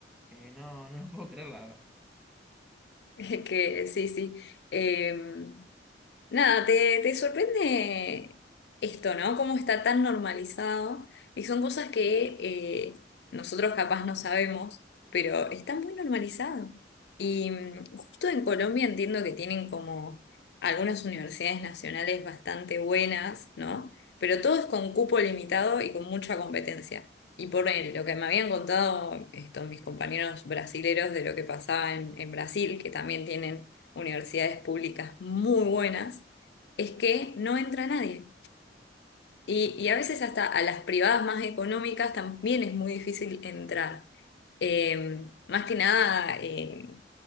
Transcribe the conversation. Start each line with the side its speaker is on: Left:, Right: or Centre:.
Centre: Eh, no, no lo puedo creer, la verdad.
Left: <laughs> Que sí, sí. Em, Nada, te, te sorprende esto, ¿no? Cómo está tan normalizado y son cosas que eh, nosotros capaz no sabemos, pero está muy normalizado. Y mm, justo en Colombia entiendo que tienen como algunas universidades nacionales bastante buenas, ¿no? Pero todo es con cupo limitado y con mucha competencia. Y por eh, lo que me habían contado estos mis compañeros brasileros de lo que pasaba en en Brasil, que también tienen universidades públicas muy buenas, es que no entra nadie. Y, y a veces hasta a las privadas más económicas también es muy difícil entrar. Eh, más que nada, eh,